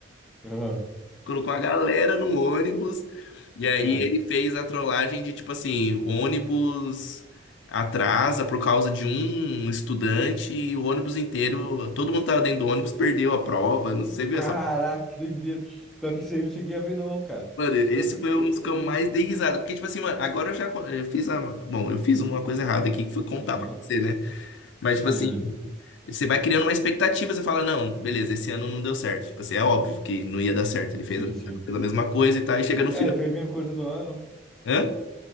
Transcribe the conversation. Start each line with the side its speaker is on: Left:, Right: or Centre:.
Centre: Aham.
Left: <laughs> colocou a galera no ônibus, e aí
Centre: Aham.
Left: ele fez a trollagem de, tipo assim, o ônibus atrasa por causa de um estudante e o ônibus inteiro, todo mundo tava dentro do ônibus, perdeu a prova. Não sei, viu
Centre: Caraca,
Left: essa.
Centre: que doideira. Pior que isso aí eu não cheguei a ver, não, cara.
Left: Mano, esse
Centre: Pior que. eu-
Left: foi um dos que eu mais dei risada. Porque, tipo assim, mano, agora eu já con- eu fiz a. Bom, eu fiz uma coisa errada aqui que foi contar
Centre: eu- Aham.
Left: pra você, né? Mas,
Centre: Sim,
Left: tipo assim, você vai criando uma expectativa, você fala, não, beleza, esse ano não deu certo. Tipo assim, é óbvio que não ia dar certo. Ele fez
Centre: sim,
Left: a
Centre: sim.
Left: fez a mesma coisa e tal, e chega no
Centre: É,
Left: final.
Centre: ele fez a mesma coisa todo ano,
Left: Hã?